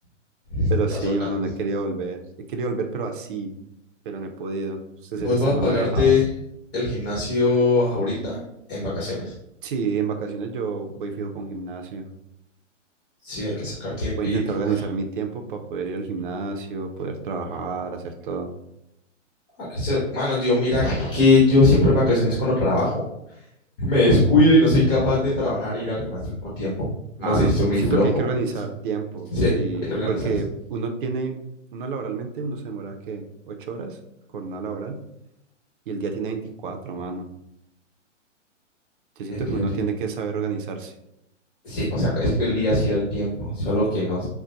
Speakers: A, on the left; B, on the right.
A: Estás
B: Pero sí,
A: soltando.
B: mano, no he querido volver. He querido volver, pero así, pero no he podido. Este
A: Voy
B: semestre
A: a pagarte
B: no me ha dejado.
A: el gimnasio ahorita en vacaciones.
B: Sí, en vacaciones yo voy fijo para un gimnasio.
A: Sí, hay que sacar tiempito.
B: Voy a intentar organizar
A: ay.
B: mi tiempo para poder ir al gimnasio, poder trabajar, hacer todo.
A: A veces, mano, yo mira que yo siempre en vacaciones cuando trabajo me descuido y no soy capaz de trabajar e ir al gimnasio al mismo tiempo. No
B: Ah,
A: sé
B: no,
A: si soy
B: yo
A: muy
B: siento
A: flojo,
B: que hay que organizar
A: no sé.
B: tiempo,
A: Sí,
B: sí,
A: hay que organizarse.
B: porque uno tiene, uno laboralmente, uno se demora, ¿qué? Ocho horas, jornada laboral, y el día tiene 24 mano. Yo siento
A: El día
B: que uno
A: tiene...
B: tiene que saber organizarse.
A: Sí, o sea, es que el día sí da el tiempo, solo que no.